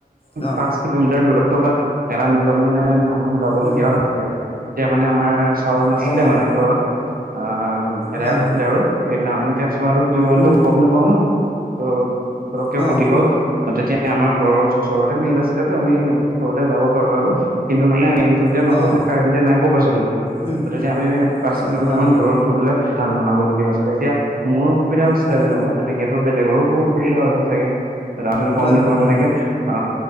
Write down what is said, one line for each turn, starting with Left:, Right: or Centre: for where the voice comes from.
Left: অ',
Right: পাঁচ কিলোমিটাৰ দূৰত থকা এটা মিলত মানে ধান কুটাবলগীয়া
Left: উম,
Right: হৈছিলগে তেতিয়া মানে আমাৰ চাউল নাছিলে
Left: অ',
Right: মানে ঘৰত আ এদাই
Left: হয়,
Right: হৈছিলে
Left: হয়,
Right: আৰু সেইদিনা আমি ট্ৰেঞ্চ পমাটো ফুটিব বুলিতো
Left: উম,
Right: গম নাপাওঁ ন ত পতককে
Left: অ',
Right: ফুটি গ'ল। তেতিয়া আমাৰ ঘৰৰ ওচৰতে মিল আছিলেতো আমি ওচৰতে যাব পাৰো আৰু কিন্তু মানে টো এতিয়া
Left: অ',
Right: নচলে, কাৰেণ্টে নাই ক'ৰ পৰা চলিব
Left: উম,
Right: গতিকে আমি পাঁচ
Left: চ
Right: কিলোমিটাৰ
Left: হয়,
Right: মান
Left: হয়,
Right: দূৰত গৈ পেলাই ধান বনাব লগীয়া হৈছিলে এতিয়া মোৰ অসুবিধা হৈছিলে
Left: হয়,
Right: যেনেকুৱা তেনেকেতো বেলেগৰো বহুত অসুবিধা হৈছে চাগে টোটো
Left: হয়,
Right: গম নাপাওঁ
Left: হয়,
Right: তেনেকে‌
Left: হয়,
Right: আ